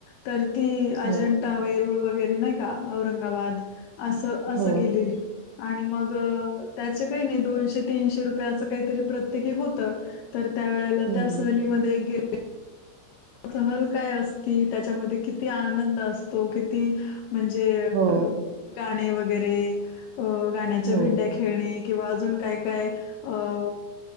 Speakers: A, on the left (about 80°); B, on the right (about 85°).
A: तर ती
B: हो
A: अजंठा वेरूळ वगैरे नाही का औरंगाबाद. असं असं
B: हो
A: गेलेली. आणि मग त्याच काही नाही, दोनशे तीनशे रुपये असं काहीतरी प्रत्येकी होतं. तर त्या वेळेला
B: हम्म
A: त्या, सहलीमध्ये गे सहल काय असती, त्याच्यामध्ये किती आनंद असत. तो किती म्हणजे,
B: हो
A: गाणे वगैरे. अ गाण्याच्या
B: हो
A: भेंड्या खेळणे, किंवा अजून काय काय अं.